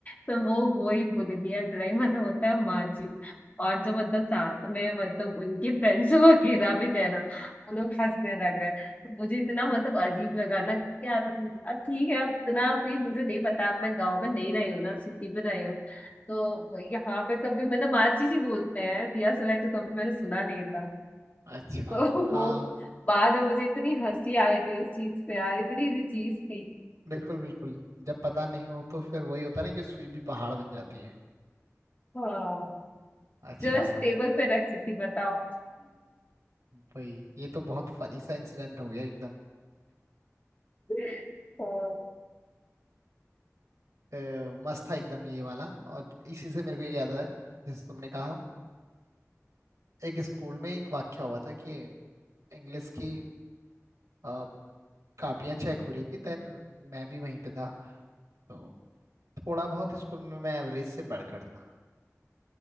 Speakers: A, on the left; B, on the right.
A: तो वो वही बोल दिया सलाई मतलब होता है माचिस और जो मतलब साथ में मतलब उनके फ्रेंड्स वगैरह भी थे ना वो लोग हंसने लगे तो मुझे इतना मतलब अजीब लगा ना कि यार अ, ठीक है अब इतना भी मुझे नहीं पता मैं गांव में नहीं रही हूँ ना सिटी में रही हूँ तो यहाँ पे कभी मतलब माची जी बोलते हैं दिया सलाई तो कभी मैंने सुना नहीं था
B: अच्छा
A: <laughs> तो
B: हाँ
A: वो बाद में मुझे इतनी हंसी आई थी उस चीज पे यार इतनी सी चीज थी
B: बिल्कुल बिल्कुल जब पता नहीं हो तो फिर वही होता ना कि सुई भी पहाड़ बन जाती है
A: हाँ
B: अच्छा
A: जस्ट टेबल पे रखी थी बताओ
B: भाई ये तो बहुत फनी सा इंसिडेंट हो गया एकदम
A: <laughs> हाँ,
B: अ, मस्त था एकदम ये वाला और इसी से मेरे को ये याद आया जैसे तुमने कहा एक स्कूल में एक वाक्य हुआ था कि इंग्लिश की अ, कापियाँ चेक हो रही थी देन मैं भी वहीं पे था तो थोड़ा बहुत स्कूल में मैं एवरेज से बढ़कर था